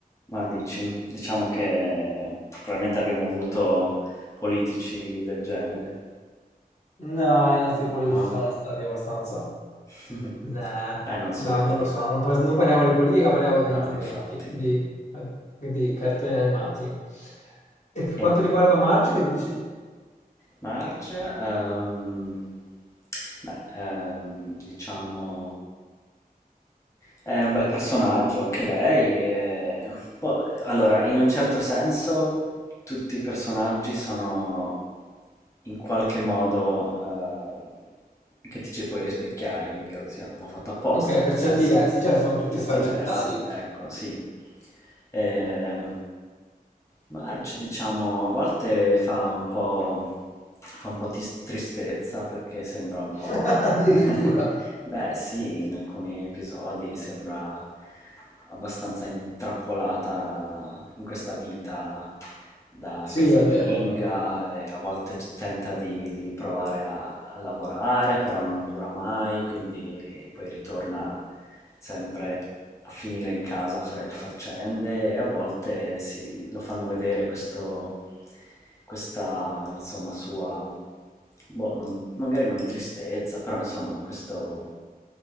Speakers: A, on the left (about 20°); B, on the left (about 50°).
A: Ma dici, diciamo che probabilmente abbiamo avuto politici del genere,
B: no, i nostri politici
A: no?
B: sono stati abbastanza...
A: <laughs>
B: Nah,
A: Eh, non solo
B: no,
A: italiani,
B: non lo so, non,
A: dai.
B: pos-
A: insomma.
B: non parliamo di politica, parliamo di
A: No,
B: fumetti,
A: infatti.
B: di, eh, di cartoni animati. E per quanto
A: E
B: riguarda Marge, che dici?
A: March, ehm, beh, ehm, diciamo, è un bel personaggio anche lei. e- boh, allora, in un certo senso, tutti i personaggi sono in qualche modo ehm, che ti ci puoi rispecchiare, quindi credo sia un po' fatto apposta,
B: Ok, per
A: nel
B: certi
A: senso,
B: versi, cioè sono
A: per
B: tutti
A: certi
B: sfaccettati,
A: versi, ecco, sì. Eh, Marge, diciamo, a volte fa un po', fa un po' tis- tristezza perché sembra un po'...
B: <laughs> addirittura.
A: <laughs> Beh, sì, in alcuni episodi sembra abbastanza intrappolata in questa vita da
B: Sì,
A: casalinga
B: è vero, però.
A: e a volte c- tenta di, di provare a, a lavorare, però non dura mai, quindi poi ritorna sempre a finire in casa a fare le faccende e a volte si- lo fanno vedere questo, questa, insomma, sua, boh, non- magari non tristezza, però insomma, questo,